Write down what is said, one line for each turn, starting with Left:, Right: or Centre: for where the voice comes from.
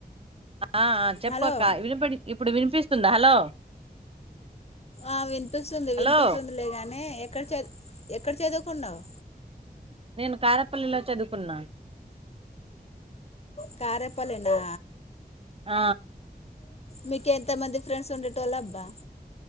Right: ఆ చెప్పక్క
Left: హలో
Right: వినిపి ఇప్పుడు వినిపిస్తుందా హలో
Left: ఆ వినిపిస్తుంది
Right: హలో
Left: వినిపిస్తుంది లేగాని ఎక్కడ చ ఎక్కడ చదువుకున్నావు.
Right: నేను కారపల్లిలో చదువుకున్నా
Left: కారేపల్నా
Right: ఆ
Left: మీకు ఎంత మంది ఫ్రెండ్స్ ఉండేటోలో అబ్బా